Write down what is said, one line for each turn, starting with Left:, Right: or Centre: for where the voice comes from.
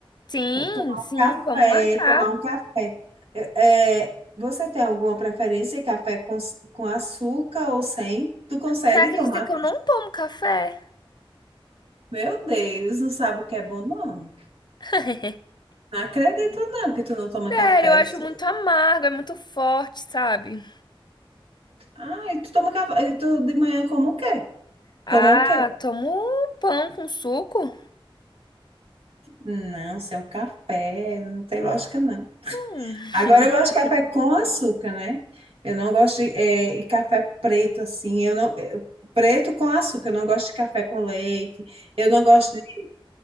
Left: Sim,
Right: Tomar
Left: sim,
Right: um café,
Left: vamos marcar.
Right: tomar um café. É, é, você tem alguma preferência em café com, com açúcar ou sem? Tu consegue
Left: Você acredita
Right: tomar?
Left: que eu não tomo café?
Right: Meu Deus, não sabe o que é bom, não.
Left: <laughs>
Right: Não acredito, não, que tu não toma
Left: Sério,
Right: café.
Left: eu acho
Right: Eu sou-
Left: muito amargo, é muito forte, sabe?
Right: Ah, e tu toma café. E tu de manhã como o quê?
Left: Ah,
Right: Toma o quê?
Left: tomo pão com suco.
Right: Não, sem o café, não tem lógica, não.
Left: Hum.
Right: Agora eu gosto de café com açúcar, né? Eu não gosto de, é, e café preto assim. Eu não eu- preto com açúcar. Eu não gosto de café com leite. Eu não gosto de,